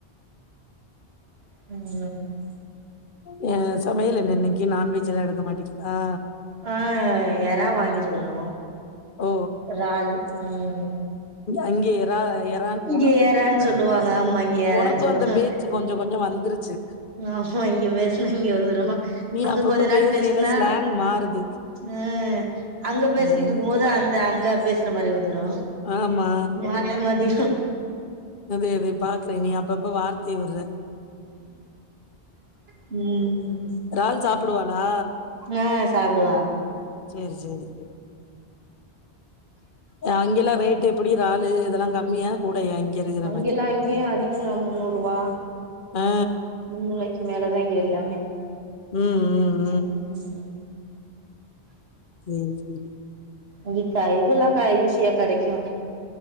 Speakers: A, on the right (about 65°); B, on the left (about 50°).
A: ம்
B: ஏ சமையல் என்ன இன்னைக்கு நான்வெஜ் எல்லா எடுக்க மாட்டிங்களா
A: ஆ எறா வாங்கிருக்குறோ
B: ஓ!
A: எறால் ம்
B: அங்கே எறா எ
A: இங்க ஏறான்னு சொல்லுவாங்க ஆம்மா இங்க ஏறானு
B: உனக்கும்
A: சொல்லுவாங்க
B: அந்த பேச்சு கொஞ்சம் கொஞ்சம் வந்துருச்சு.
A: ஆமா இங்க பேசுனா இங்க வந்துரு
B: நீ
A: அங்க
B: அப்பப்ப
A: கொஞ்ச நாள்
B: பேசையில
A: பேசுனா
B: ஸ்லாங் மாறுது.
A: ம் அங்க பேசிட்டு
B: ம்.
A: இருக்கு போது அந்த அங்க பேச மாதிரி வந்துரு
B: ஆமா.
A: மாத்தி மாத்தி
B: அதே அதே பாக்குறே நீ அப்பப்ப வார்த்தைய விட்ர
A: ம்
B: எறால் சாப்பிடுவானா
A: ஆ சாப்டுவா
B: செரி செரி செரி அங்கெல்லா ரேட் எப்டி எறாலு இதெல்லா கம்மியா கூடயா இருக்கிற
A: அங்க
B: மாரி
A: எல்லா இங்கேயு அதிகோ தா மூன்னூறு ரூபா
B: ஆ
A: முன்னூறுபாய்க்கு மேலதா இங்கே எல்லாமே
B: ம் ம்
A: ம்
B: செரி செரி
A: இங்க இதெல்லா கா ஈசியா கெடைக்கு